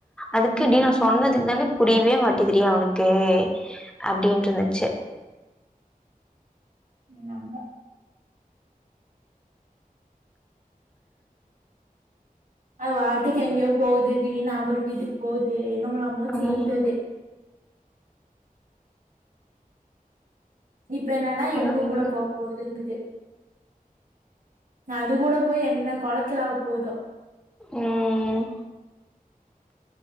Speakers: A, in the centre; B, on the right.
A: அதுக்கு
B: ம்
A: டி நா சொன்னதுக்கு தா டி புரியவே மாட்டிதுடி அவனுக்கு அப்டிண்ட்டு இருந்ச்சு
B: எங்க அம்மா அது வாட்டுக்கு எங்கயோ போவ்து திடீர்னு அவரு வீட்டுக்கு போவ்து என்னமலாமோ செய்து
A: ம்
B: அது இப்ப என்னன்னா இவங்க
A: ம்
B: கூட போ போகுதுங்குது அது கூட போய் என்ன கோலத்துல ஆவ் போவ்தோ
A: ம்